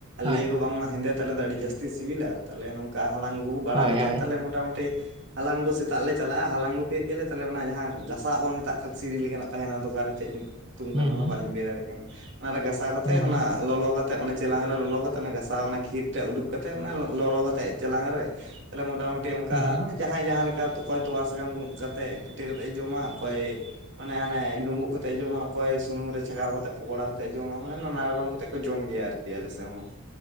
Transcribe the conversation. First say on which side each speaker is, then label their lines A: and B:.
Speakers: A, on the right (about 25°); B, on the right (about 55°).
A: ᱦᱳᱭ
B: ᱞᱟᱹᱭᱟᱠᱚ ᱵᱟᱝᱢᱟ ᱦᱮᱸᱫᱮ ᱛᱟᱞᱮ ᱫᱚ ᱟᱹᱰᱤ ᱡᱟᱹᱥᱛᱤ ᱥᱤᱵᱤᱞᱟ᱾ ᱛᱟᱦᱚᱞᱮ ᱱᱚᱝᱠᱟ ᱦᱟᱞᱟᱝ ᱟᱹᱜᱩ ᱵᱟᱲᱟ
A: ᱦᱳᱭ
B: ᱠᱟᱛᱮᱫ
A: ᱦᱳᱭ
B: ᱛᱟᱦᱚᱞᱮ ᱢᱚᱴᱟ ᱢᱩᱴᱤ᱾ ᱦᱟᱞᱟᱝ ᱟᱹᱜᱩ ᱥᱮᱛᱟᱜ ᱨᱮᱞᱮ ᱪᱟᱞᱟᱜ-ᱟ, ᱦᱟᱞᱟᱝ ᱟᱹᱜᱩ ᱠᱮᱫ ᱜᱮᱞᱮ ᱛᱟᱦᱚᱞᱮ ᱚᱱᱟ ᱡᱟᱦᱟᱸ ᱜᱷᱟᱥᱟᱣ ᱵᱚᱱ ᱢᱮᱛᱟᱜ ᱠᱷᱟᱱ ᱥᱤᱲᱤ ᱞᱮᱠᱟᱱᱟᱜ ᱛᱟᱦᱮᱱᱟ ᱫᱚᱠᱟᱱ ᱨᱮ ᱪᱮᱫ ᱧᱩᱛᱩᱢ
A: ᱦᱩᱸ
B: ᱠᱟᱱᱟ, ᱚᱱᱟ
A: ᱦᱩᱸ
B: ᱵᱟᱞᱤᱧ ᱞᱟᱹᱭ ᱫᱟᱲᱮᱭᱟᱜ ᱠᱟᱱᱟ, ᱚᱱᱟ ᱨᱮ ᱜᱷᱟᱥᱟᱣ ᱠᱟᱛᱮ
A: ᱦᱩᱸ
B: ᱚᱱᱟ ᱞᱚᱞᱚ ᱠᱟᱛᱮᱜ ᱢᱟᱱᱮ ᱪᱮᱞᱟᱝ ᱨᱮ ᱞᱚᱞᱚ ᱠᱟᱛᱮᱜ, ᱜᱷᱟᱥᱟᱣ ᱚᱱᱟ ᱠᱷᱤᱨ ᱴᱟᱜ ᱩᱰᱩᱠ ᱠᱟᱛᱮᱜ ᱚᱱᱟ ᱞᱚᱞᱚ ᱠᱟᱛᱮᱜ ᱪᱮᱞᱟᱝ ᱨᱮ ᱛᱟᱦᱞᱮ ᱢᱚᱴᱟ ᱢᱩᱴᱤ ᱚᱱᱠᱟ
A: ᱦᱩᱸ ᱦᱩᱸ
B: ᱢᱟᱱ ᱡᱟᱦᱟᱸᱭ ᱡᱟᱦᱟᱸᱞᱮᱠᱟ ᱛᱚᱠᱚᱭ ᱛᱚᱣᱟ ᱥᱟᱠᱟᱢ ᱠᱟᱛᱮᱫ ᱯᱤᱴᱷᱟᱹ ᱠᱟᱛᱮᱫ ᱮ ᱡᱚᱢᱟ ᱚᱠᱚᱭ ᱢᱟᱱᱮ ᱦᱟᱱᱮ ᱰᱩᱸᱵᱩᱜ ᱠᱟᱛᱮᱜ ᱡᱚᱢᱟ ᱚᱠᱚᱭ ᱥᱩᱱᱩᱢ ᱨᱮ ᱪᱷᱟᱸᱠᱟᱣ ᱠᱟᱛᱮᱜ ᱯᱚᱠᱳᱲᱟ ᱠᱟᱛᱮᱜ ᱡᱚᱢᱟ ᱢᱟᱱᱮ ᱱᱟᱱᱟ ᱨᱚᱠᱚᱢ ᱠᱟᱛᱮᱜ ᱠᱚ ᱡᱚᱢ ᱜᱮᱭᱟ ᱟᱨᱠᱤ᱾ -ᱜᱤ ᱟᱞᱮᱥᱮᱜ ᱦᱚᱸ